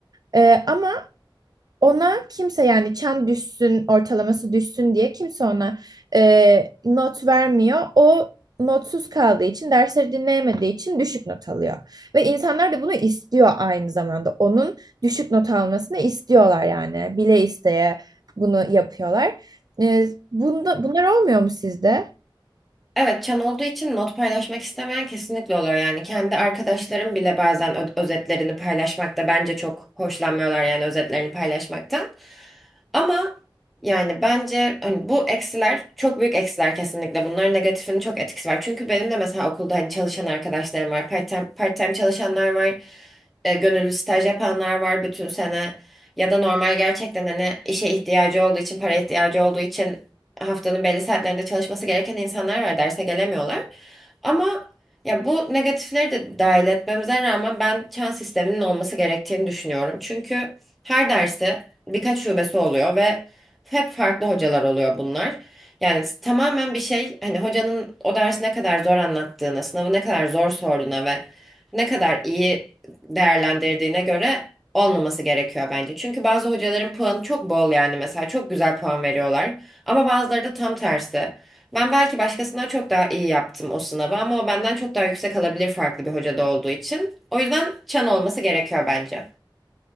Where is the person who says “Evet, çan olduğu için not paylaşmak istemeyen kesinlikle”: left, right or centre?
Centre